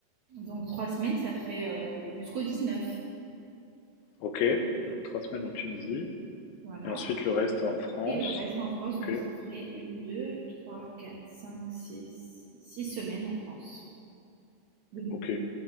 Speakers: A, on the right; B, on the left.
A: Donc trois semaines, ça ferait euh, jusqu'au 19.
B: OK, donc 3 semaines en Tunisie
A: Voilà.
B: et ensuite le reste en France.
A: Et le reste en France,
B: OK,
A: donc ça ferait une, deux, trois, quatre, cinq, six, six semaines en France. Le double.
B: OK.